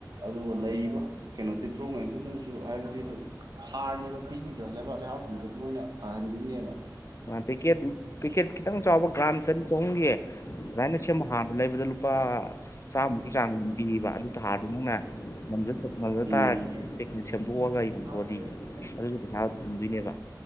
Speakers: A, on the right; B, on the left.
A: ꯑꯗꯨꯒ ꯂꯩꯔꯤꯕ ꯀꯩꯅꯣ ꯇꯤꯟꯊꯔꯣꯛꯈꯩꯗꯨꯅꯁꯨ ꯍꯥꯏꯕꯗꯤ ꯑꯗꯨꯝ ꯍꯥꯔꯅꯦꯕ ꯄꯤꯔꯤꯗꯣ ꯂꯩꯕꯥꯛ ꯂꯩꯍꯥꯎꯁꯤꯡꯗꯣ ꯃꯣꯏꯅ ꯐꯍꯟꯗꯣꯏꯅꯦꯕ
B: ꯄꯦꯛꯀꯦꯠ ꯄꯦꯛꯀꯦꯠ ꯈꯤꯇꯪ ꯆꯥꯎꯕ ꯒ꯭ꯔꯥꯝ ꯆꯅꯤ ꯆꯍꯨꯝꯒꯤ ꯑꯗꯨꯃꯥꯏꯅ ꯁꯦꯝꯕ ꯍꯥꯔ ꯂꯩꯕꯗ ꯂꯨꯄꯥ ꯆꯥꯝꯃꯨꯛꯀꯤ ꯆꯥꯡ ꯑꯗꯨꯝ ꯄꯤꯌꯦꯕ ꯑꯗꯨ ꯍꯥꯔꯗꯨ ꯅꯪꯅ ꯉꯝꯖ ꯆꯠ ꯉꯝꯖ
A: ꯎꯝ
B: ꯇꯥꯔꯗꯤ
A: <inaudible>
B: ꯄꯦꯛꯀꯦꯠ ꯁꯦꯝꯗꯣꯛꯑꯒ
A: ꯃꯤ ꯃꯤꯗꯤ
B: ꯌꯣꯟꯊꯣꯛꯑꯗꯤ
A: ꯒꯤ ꯃꯈꯥꯄꯣꯂꯦ ꯍꯥꯏꯗꯤ
B: ꯑꯗꯨꯒꯤ ꯄꯩꯁꯥ ꯐꯪꯗꯣꯏꯅꯦꯕ